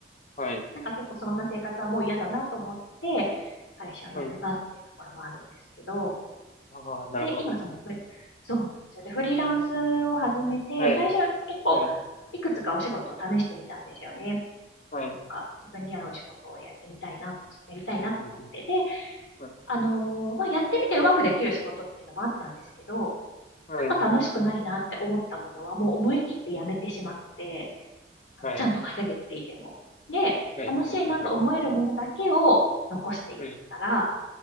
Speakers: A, on the left (about 40°); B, on the left (about 80°).
A: はい。
B: なんか結構そんな生活はもう嫌だなと思って、会社を辞めたっていうところもあるんですけど、
A: はい。ああ、なるほど。
B: で、今そのフリ、そうなんですよ。で、フリーランスを始めて、
A: はい。
B: 最初結構
A: はい。
B: いくつかお仕事を試してみたんですよね。
A: はい。
B: なんか自分に合う仕事をやってみたいなと、やりたいなと思って。
A: うん、
B: で、
A: う
B: あのーまあ、やってみてうまくできる仕事っていうのもあったんですけど、
A: ん、
B: なんか楽しくないなって思ったものはもう思い切ってやめてしまって、
A: うん。はい。
B: ちゃんと稼げていても。で、
A: はい。
B: 楽しいなと思えるものだけを残していったら、
A: うん。はい。